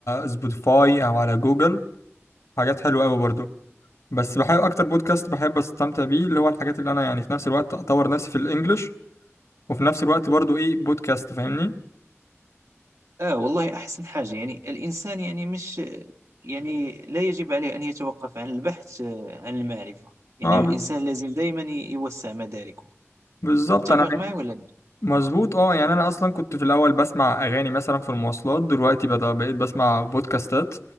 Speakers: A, on the left; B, on the right.
A: سبوتيفاي او على جوجل حاجات حلوة قوي برضو بس بحب اكتر بودكاست بحب استمتع بيه اللي هو الحاجات اللي انا يعني في نفس الوقت اطور نفسي في الانجليش وفي نفس الوقت برضو ايه بودكاست فاهمني
B: آه والله أحسن حاجة يعني الإنسان يعني مش يعني لا يجب عليه أن يتوقف عن البحث آه، عن المعرفة يعني
A: اه ب-
B: الإنسان لازم دائما يوسع مداركه
A: بالظبط
B: متفق
A: انا
B: معي ولا لا؟
A: مظبوط اه يعني انا اصلا كنت في الاول بسمع اغاني مثلا في المواصلات دلوقتي بدأ بقيت بسمع بودكاستات